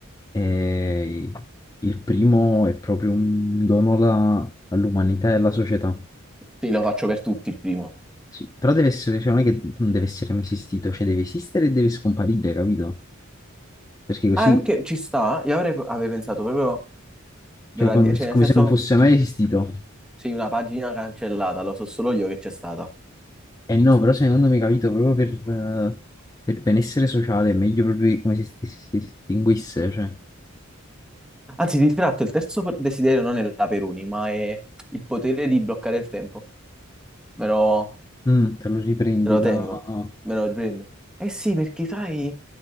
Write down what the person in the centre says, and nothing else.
Sì, lo faccio per tutti il primo.
Ah, ok, ci sta. Io avrei, avrei pensato proprio, della-
cioè nel
senso,
sì, una pagina cancellata, lo so solo io che c'è stata.
Anzi, di tratto, il terzo per- desiderio non è la Peruni, ma è il potere di bloccare il tempo. Me lo,
me lo
tengo, me lo riprendo. Eh sì, perché sai